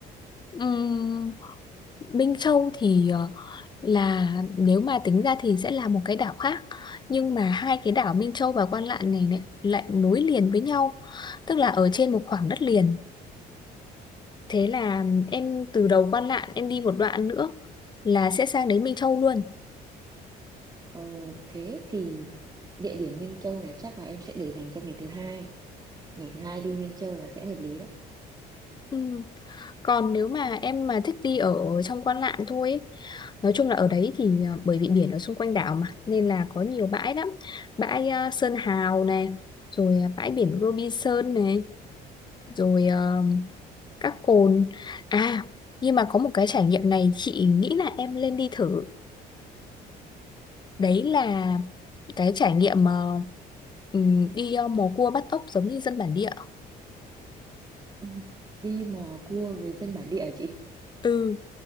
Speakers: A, on the left; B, on the right.
A: Ừm, Minh Châu thì ờ, là nếu mà tính ra thì sẽ là một cái đảo khác nhưng mà hai cái đảo Minh Châu và Quan Lạn này lại, lại nối liền với nhau tức là ở trên một khoảng đất liền thế là em từ đầu Quan Lạn em đi một đoạn nữa là sẽ sang đến Minh Châu luôn
B: ồ thế thì địa điểm Minh Châu này chắc là em sẽ để dành cho ngày thứ hai ngày thứ hai đi Minh Châu là sẽ hợp lý đấy
A: ừ. còn nếu mà em mà thích đi ở trong Quan Lạn thôi ấy, nói chung là ở đấy thì ờ, bởi vì biển ở xung quanh đảo mà nên là có nhiều bãi lắm bãi ờ, Sơn Hào này rồi à, bãi biển Robinson này rồi ờ, các cồn à nhưng mà có một cái trải nghiệm này chị nghĩ là em lên đi thử đấy là cái trải nghiệm ờ, ừm, đi ờ, mò cua bắt ốc giống như dân bản địa
B: Ừ, đi mò cua với dân bản địa hả chị
A: ừ